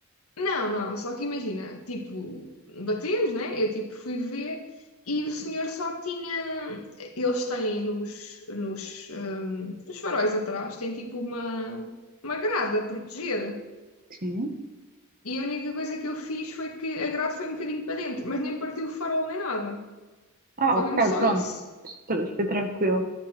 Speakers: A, on the left; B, on the right.
A: Não, não, só que imagina, tipo, batemos, né? Eu tipo fui ver e o senhor só tinha. Eles têm nos, nos, ehm, nos faróis atrás, têm tipo uma, uma grade a proteger.
B: Sim.
A: E a única coisa que eu fiz foi que a grade foi um bocadinho para dentro, mas nem partiu o farol nem nada.
B: Ah,
A: Foi
B: ok,
A: mesmo só
B: pronto.
A: isso.
B: Tra- Foi tranquilo.